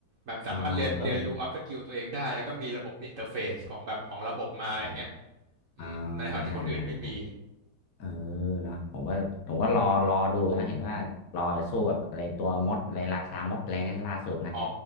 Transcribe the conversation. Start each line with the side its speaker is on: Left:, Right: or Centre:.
Right: แบบสามารถเรียนเรียนรู้อัพสกิลตัวเองได้แล้วก็มีระบบอินเทอร์เฟซของแบบของระบบมาอย่างเงี้ย
Left: อ่าอ่าเพิ่มอ่า
Right: อืมในขณะที่คนอื่นไม่มี
Left: อ่าใช่ใช่ใช่เออเนาะผมก็ผมก็รอรอดูนะเห็นว่ารอไปสู้กับอะไรตัวมดอะไรราชามดอะไรนะล่าสุดนะ
Right: อ๋อ